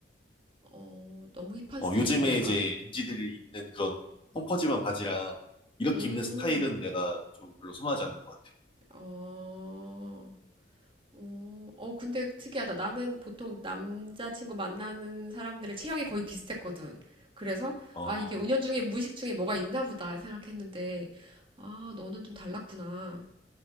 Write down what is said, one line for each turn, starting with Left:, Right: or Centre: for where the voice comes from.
Right: 어, 너무 힙한
Left: 어,
Right: 스타일은
Left: 요즘에
Right: 뭘까?
Left: 이제 MZ들이 입는 그런 펑퍼짐한 바지랑, 이렇게
Right: 음,
Left: 입는 스타일은 내가 좀 별로 선호하지 않는 것 같아요.
Right: 어, 어, 어, 근데 특이하다. 나는 보통 남자친구 만나는 사람들의 체형이 거의 비슷했거든. 그래서,
Left: 어.
Right: 아, 이게 은연중에 무의식 중에 뭐가 있나 보다 생각했는데, 아, 너는 좀 달랐구나.